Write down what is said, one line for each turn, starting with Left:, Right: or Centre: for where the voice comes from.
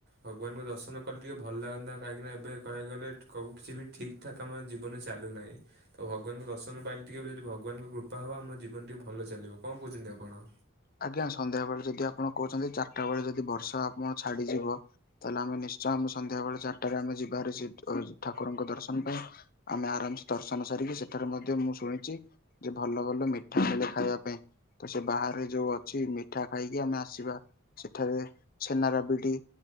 Right: ଭଗବାନଙ୍କ ଦର୍ଶନ କଲେ ଟିକେ ଭଲ ଲାଗନ୍ତା। କାହିଁକିନା ଏବେ କହିବାକୁ ଗଲେ କଉ କିଛି ବି ଠିକ୍ ଠିକ୍ ଠାକ୍ ଆମ ଜୀବନ ରେ ଚାଲୁନାହିଁ। ତ ଭଗବାନଙ୍କୁ ଦର୍ଶନ ପାଇଲେ ଟିକେ ବି ଯଦି ଭଗବାନଙ୍କ କୃପା ହବ ଆମ ଜୀବନ ଟିକେ ଭଲ ଚାଲିବ। କଣ କହୁଛନ୍ତି ଆପଣ?
Left: ଆଜ୍ଞା ସନ୍ଧ୍ୟା ବେଳେ ଯଦି ଆପଣ କହୁଛନ୍ତି ଚାରିଟା ବେଳେ ଯଦି ବର୍ଷା ଆପଣ ଛାଡିଯିବ ତାହେଲେ ଆମେ ନିଶ୍ଚୟ ଆମେ ସନ୍ଧ୍ୟା ବେଳେ ଚାରିଟାରେ ଆମେ ଯିବା ଭାରି ଠାକୁରଙ୍କ ଦର୍ଶନ ପାଇଁ। ଆମେ ଆରାମସେ ଦର୍ଶନ ସାରିକି ସେଠାରେ ମଧ୍ୟ ମୁଁ ଶୁଣିଚି ଯେ ଭଲ ଭଲ ମିଠା ମିଳେ ଖାଇବା ପାଇଁ। ତ ସେ ବାହାରେ ଯୋଉ ଅଛି ମିଠା ଖାଇକି ଆମେ ଆସିବା। ସେଠାରେ ଛେନା ରାବିଡି